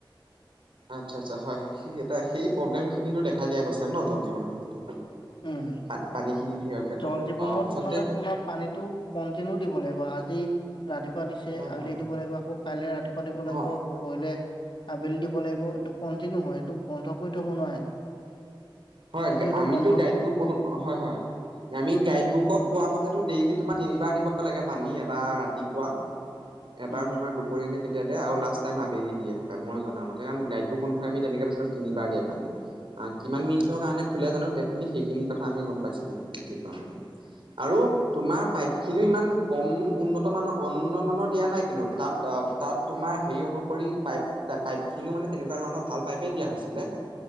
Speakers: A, on the right; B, on the left.
A: আচ্ছা, আচ্ছা হয় সেই সেই প্ৰব্লেমখিনিতো দেখা দিয়া গৈছে ন' জল জীৱনৰ ক্ষেত্ৰত।
B: উম,
A: পা পানী খিনি সেয়ৰ ক্ষেত্ৰত
B: জল জীৱনত
A: অ আচলতে
B: মানে তোমাৰ পানীতটো কন্টিনিউ দিব লাগিব। আজি ৰাতিপুৱা দিছে
A: হয় হয়
B: আৱেলি
A: হয়
B: দিব লাগিব আকৌ কাইলে ৰাতিপুৱা দিব লাগিব
A: অ
B: পৰিলে আবেলি দিব লাগিব এইটো কটিনউ হয় এইটো বন্ধ কৰি থ'ব নোৱাৰে।
A: হয়
B: কিন্তু এইটো
A: আমিতো
B: বন্ধ
A: গাইড বুক কোনো, হয়, হয় আমি গাইড বুকত পোৱা মতে ত' ডেইলী তোমাক তিনিবাৰ দিব লাগে পানী, এবাৰ ৰাতিপুৱা এবাৰ
B: উম,
A: তোমাৰ দুপৰীয়া নে কেতিয়া দিয়ে আৰু লাষ্ট টাইম আবেলি দিয়ে, মই জনামতে কাৰণ গাইডবোৰক অনুসৰি আমি তেনেকে পাইছিলো তিনিবাৰ দিয়ে পানী অ', কিমান
B: উম,
A: মি কাৰণে খুলে জানো তেক সেইখিনি কথা গম পাইছিল হেইকাৰণতে আৰু তোমাৰ পাইপ খিনি ইমান কম উন্নত মানৰ অনু উন্নত মানৰ দিয়া নাই কিন্তু তাত অ', তাত তোমাৰ হেৰি অনুসৰি পাইপ পাইপ খিনিও মানে তেনেকুৱা ধৰণৰ ভাল পাইপে দিয়া হৈছিলে।